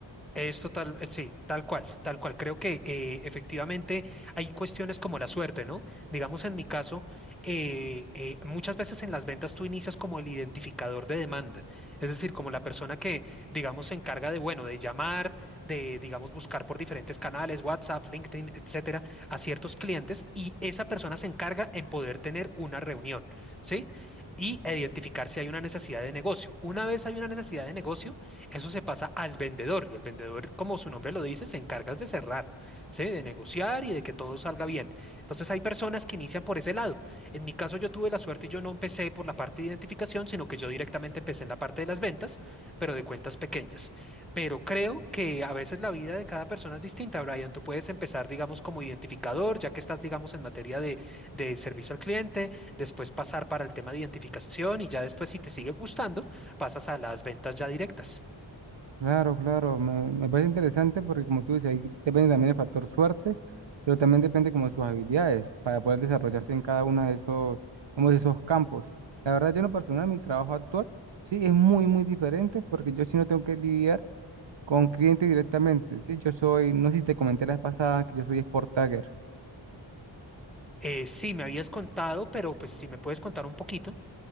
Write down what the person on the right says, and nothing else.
Claro, claro, me, me parece interesante porque como tú dices, ahí depende también el factor suerte, pero también depende como de sus habilidades para poder desarrollarse en cada uno de esos, como de esos campos. La verdad, yo en lo personal, mi trabajo actual, sí, es muy, muy diferente porque yo sí no tengo que lidiar con clientes directamente, ¿sí? Yo soy, no sé si te comenté la vez pasada que yo soy Sport Tagger.